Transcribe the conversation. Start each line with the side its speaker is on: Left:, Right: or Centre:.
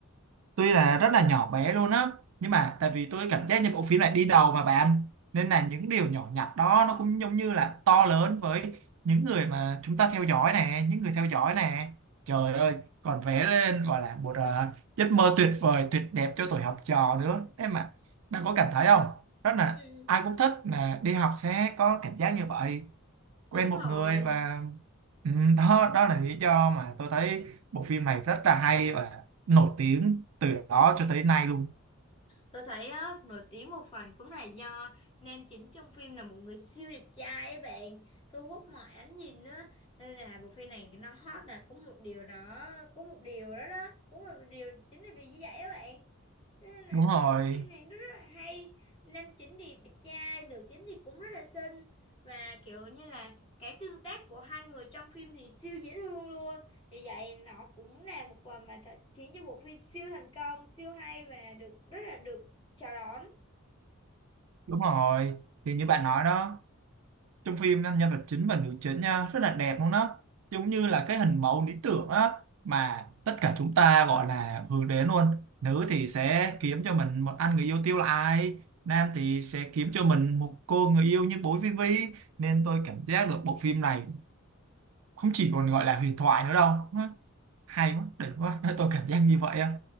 Right: tuy là rất là nhỏ bé luôn á nhưng mà tại vì tôi cảm giác như bộ phim này đi đầu mà bạn nên là những điều nhỏ nhặt đó nó cũng giống như là to lớn với những người mà chúng ta theo dõi nè những người theo dõi nè trời ơi còn vẽ lên gọi là một ờ, giấc mơ tuyệt vời tuyệt đẹp cho tuổi học trò nữa thế mà bạn có cảm thấy không rất là
Left: Ừ.
Right: ai cũng thích là đi học sẽ có cảm giác như vậy quen
Left: đúng
Right: một
Left: rồi
Right: người và ừ, đó đó là lý do mà tôi thấy bộ phim này rất là hay và nổi tiếng từ đó cho tới nay luôn
Left: Tôi thấy á, nổi tiếng một phần cũng là do nam chính trong phim là một người siêu đẹp trai ấy bạn thu hút mọi ánh nhìn á nên là bộ phim này nó hot là cũng một điều đó cũng một điều đó đó cũng một điều chính là vì như vậy á bạn Thế nên là
Right: đúng
Left: cái
Right: rồi
Left: bộ phim này nó rất là hay nam chính thì đẹp trai nữ chính thì cũng rất là xinh và kiểu như là cái tương tác của hai người trong phim thì siêu dễ thương luôn vì vậy nó cũng là một phần mà th- khiến cho bộ phim siêu thành công, siêu hay và được rất là được chào đón.
Right: đúng rồi thì như bạn nói đó trong phim nhân vật chính và nữ chính nha rất là đẹp luôn đó giống như là cái hình mẫu lý tưởng á mà tất cả chúng ta gọi là hướng đến luôn nữ thì sẽ kiếm cho mình một anh người yêu tiêu là ai nam thì sẽ kiếm cho mình một cô người yêu như bố Vivi nên tôi cảm giác được bộ phim này không chỉ còn gọi là huyền thoại nữa đâu Nó hay quá đỉnh quá <laughs> tôi cảm giác như vậy á